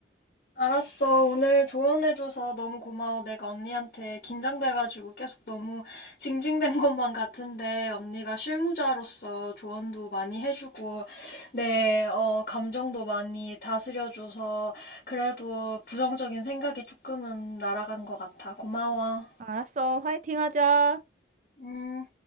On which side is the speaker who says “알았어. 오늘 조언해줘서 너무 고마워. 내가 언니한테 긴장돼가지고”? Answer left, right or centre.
Left